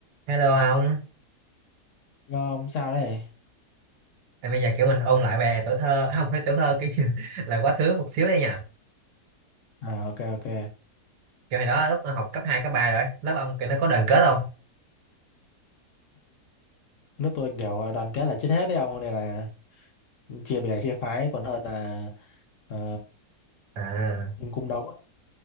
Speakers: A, on the right; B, on the left.
A: Hello ông,
B: Rồi không sao đấy.
A: à, bây giờ kiểu mình ôn lại về tuổi thơ, không phải tuổi thơ kiểu như <laughs> là quá khứ một xíu đây nha.
B: À ok ok.
A: Kiểu hồi đó lúc học cấp 2 cấp 3 rồi, lớp ông kiểu nó có đoàn kết không?
B: Nước tôi kiểu ờ, đoàn kết là chết hết đấy ông nên là chia bè chia phái còn hơn là ờ,
A: À,
B: kim cung đấu. á.